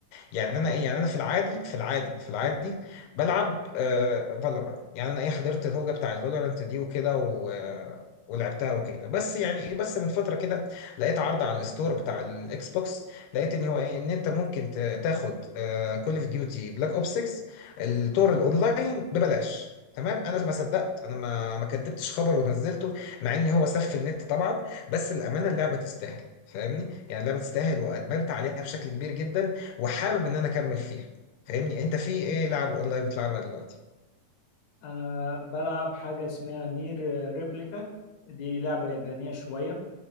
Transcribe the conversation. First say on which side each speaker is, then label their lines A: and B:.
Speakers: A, on the left (about 85°); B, on the left (about 65°).
A: يعني انا ايه يعني انا في العادي في العادي في العادي بلعب آه فالورانت يعني انا ايه حضرت الهوجه بتاع الفالورانت دي وكده و آه، ولعبتها وكده بس يعني ايه بس من فتره كده لقيت عرض على الستور بتاع الاكس بوكس لقيت ان هو ايه ان انت ممكن ت- تاخد كول اوف ديوتي بلاك اوب 6 التور الاونلاين ببلاش تمام انا ما صدقت انا ما ما كدبتش خبر ونزلته مع ان هو سف النت طبعا بس الامانه اللعبه تستاهل فاهمني يعني اللعبه تستاهل وادمنت عليها بشكل كبير جدا وحابب ان انا اكمل فيها فاهمني انت في ايه لعب اونلاين بتلعبها دلوقتي
B: انا بلعب حاجة اسمها نير ريبليكا دي لعبة يابانية شوية